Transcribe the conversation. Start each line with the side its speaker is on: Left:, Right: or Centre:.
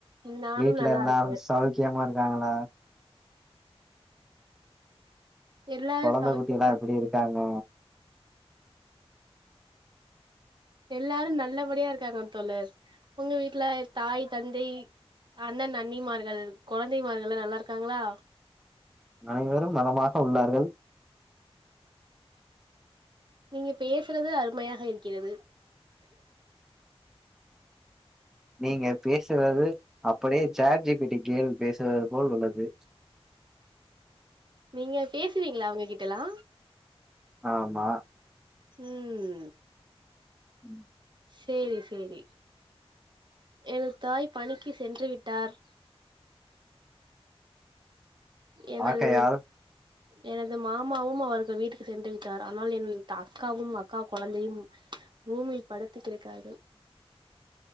Right: நானும்
Centre: வீட்ல
Right: நல்லா
Centre: எல்லாரு
Right: இருக்கே
Centre: சவுக் கியமா இருக்காங்களா
Right: எல்லாரு
Centre: கொழந்த
Right: சௌக்கியந்தா
Centre: குட்டி எல்லா எப்டி இருக்காங்க
Right: எல்லாரு நல்லபடியா இருக்காங்க தோழர் உங்க வீட்டுல தாய் தந்தை அண்ணன் அண்ணிமார்கள் கொழந்தை மார்கள் எல்லா நல்லா இருக்காங்களா
Centre: அனைவரும் நலமாக உள்ளார்கள்
Right: நீங்க பேசுறது அருமையாக இருக்கிறது
Centre: நீங்க பேசுவது அப்டியே சட் ஜி பி டி கேள் பேசுவது போல் உள்ளது
Right: நீங்க பேசுவீங்களா அவங்க கிட்டெலா
Centre: ஆமா
Right: ம்
Centre: <inaudible>
Right: செரி செரி எனது தாய் பணிக்கு சென்று விட்டார் எனது
Centre: ஆகையால்
Right: எனது மாமாவும் அவருக்கு வீட்டுக்கு சென்று விட்டார் ஆனால் என் அக்காவும் அக்கா கொழந்தயும் ரூமில் படுத்து கிடக்கார்கள்